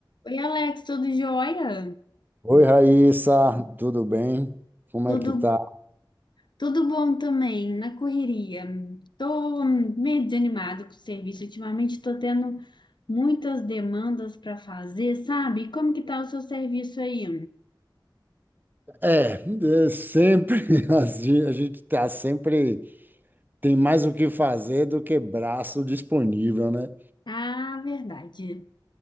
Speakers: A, on the left; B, on the right.
A: Oi, Alex, tudo jóia?
B: Oi, Raíssa, tudo bem? Como
A: Tudo,
B: é que tá?
A: tudo bom também, na correria. Tô meio desanimado com o serviço. Ultimamente tô tendo muitas demandas para fazer, sabe? Como que tá o seu serviço aí?
B: É, é sempre <laughs> assim, a gente tá sempre tem mais o que fazer do que braço disponível, né?
A: Ah, verdade.